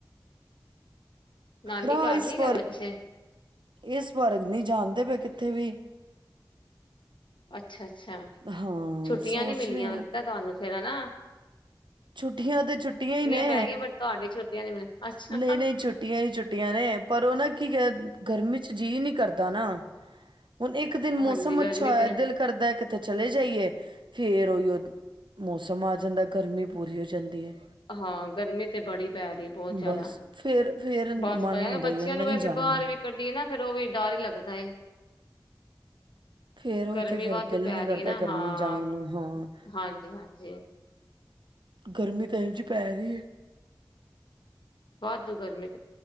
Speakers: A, on the left; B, on the right.
A: ਨਾਨੀ
B: ਨਾ
A: ਘਰ
B: ਇਸ
A: ਨੀ
B: ਵਾਰ
A: ਗਏ ਬੱਚੇ
B: ਇਸ ਬਾਰਗ ਨਹੀਂ ਜਾਣਦੇ ਪਏ ਕਿੱਥੇ ਵੀ
A: ਅੱਛਾ ਅੱਛਾ ਅੱਛਾ
B: ਹਾਂ
A: ਛੁੱਟੀਆਂ
B: ਸੋਚ
A: ਨੀ ਮਿਲੀਆਂ
B: ਰਹੇ ਆ
A: ਲੱਗਤਾ ਤੁਹਾਨੂੰ ਫਣਾ ਨਾ
B: ਛੁੱਟੀਆਂ ਤੇ ਛੁੱਟੀਆਂ ਹੀ ਨੇ
A: ਪੈ ਗਈਆਂ ਬਟ ਤੁਹਾਡੀ ਛੁੱਟੀਆਂ ਨੀ ਮਿਲੀਆਂ ਅੱਛਾ
B: ਨਹੀਂ ਨਹੀਂ ਛੁੱਟੀਆਂ ਹੀ ਛੁੱਟੀਆਂ ਨੇ ਪਰ ਉਹ ਨਾ ਕੀ ਗਰਮੀ ਚ ਜੀਅ ਨਹੀਂੀ ਕਰਦਾ ਨਾ ਹੁਣ ਇੱਕ ਦਿਨ ਮੌਸਮ
A: ਹਾਂਜੀ ਗਰਮੀ
B: ਅੱਛਾ
A: ਤੇ
B: ਦਿਲ ਕਰਦਾ ਹੈ ਕਿਤੇ ਚਲੇ ਜਾਈਏ ਫੇਰ ਉਹੀਓ ਮੌਸਮ ਆ ਜਾਂਦਾ ਗਰਮੀ ਪੂਰੀ ਹੋ ਜਾਂਦੀ ਹੈ
A: ਹਾਂ ਗਰਮੀ ਤੇ ਬੜੀ ਪੈ ਰਹੀ ਬਹੁਤ ਜ਼ਿਆਦਾ
B: ਬਸ ਫੇਰ ਫੇਰ ਮਨ
A: ਬਸ
B: ਹੁੰਦਾ
A: ਬੱਚਿਆਂ
B: ਹੀ ਹੈ ਨਹੀਂ
A: ਨੂੰ ਵੈਸੇ
B: ਜਾਣਾ
A: ਬਾਹਰ ਵੀ ਕੱਢੀਏ ਨਾ ਫੇਿਰ ਉਹ ਵੀ ਡਰ ਹੀ ਲੱਗਦਾ
B: ਫੇਰ ਉਹੀ
A: ਗਰਮੀ
B: ਤੇ ਫੇਰ
A: ਵਾਧੂ
B: ਦਿਲ
A: ਪੈ
B: ਨੀ ਕਰਦਾ
A: ਰਹੀ ਹੈ ਨਾ
B: ਗਰਮੀ
A: ਹਾਂ
B: ਜਾਣ ਨੂੰ ਹਾਂ
A: ਹਾਂਜੀ ਹਾਂਜੀ
B: ਗਰਮੀ ਤਾਈ ਚ ਪੈਦੀ
A: ਬਹੁਤ ਦੁਗਰਮੇ